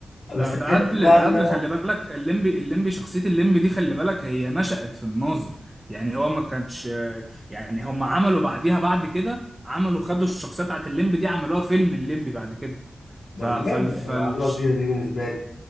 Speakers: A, on the left; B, on the right.
A: بس
B: ده ده
A: كده
B: قبل
A: بقى
B: ده
A: ان
B: قبل
A: انا
B: خلي بالك الليمبي الليمبي شخصية الليمبي دي خلي بالك هي نشأت في الناظر يعني هو ما كانش آه، يعني هم عملوا بعديها بعد كده عملوا خدوا الشخصية بتاعت الليمبي دي عملوها فيلم الليمبي بعد كده
A: ده
B: ف...
A: بجد
B: فال... فال...
A: انا معلومه جديده دي بالنسبه لي